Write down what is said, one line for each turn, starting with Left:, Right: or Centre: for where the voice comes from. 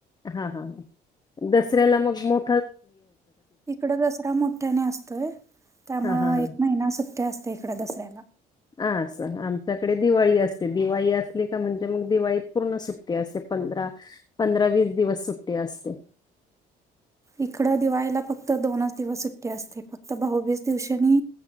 Left: हा हा, दसऱ्याला मग मो
Right: इकडं दसरा मोठ्याने असतोय, त्यामुळं
Left: हा हा हा
Right: एक महिना सु ते असते इकडं दसऱ्याला.
Left: हा असं, आमच्याकडे दिवाळी असते, दिवाळी असली का म्हणजे मग दिवाळीत पूर्ण सुट्टी असे पंधरा पंधरा वीस दिवस सुट्टी असते.
Right: इकडं दिवाळीला फक्त दोनच दिवस सुट्टी असते, फक्त भाऊबीज दिवशी नि